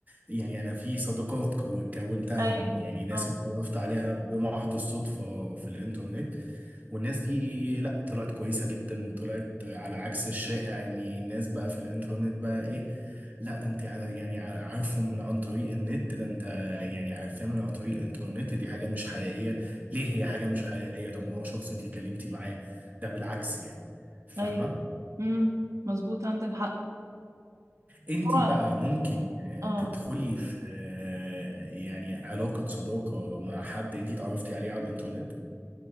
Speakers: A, on the right; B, on the right.
A: يعني انا في صداقات كو- كونتها
B: ايوه
A: من- يعني ناس
B: اه
A: اتعرفت عليها بمحض الصدفه في الانترنت والناس دي لا طلعت كويسه جدا وطلعت على عكس الشائع يعني الناس بقى في الانترنت بقى ايه لا ده انت ع- يعني ع- عارفهم من عن طريق النت ده انت يعني عارفاه من عن طريق الانترنت دي حاجه مش حقيقيه ليه هي حاجه مش حقيقيه طب ما هو شخص انت اتكلمتي معاه ده بالعكس يعني فاهمه
B: ايوه امم مظبوط عندك حق
A: انت
B: هو
A: بقى ممكن آه،
B: اه
A: تدخلي في آه، يعني علاقة صداقة مع حد انت اتعرفتي عليه على الانترنت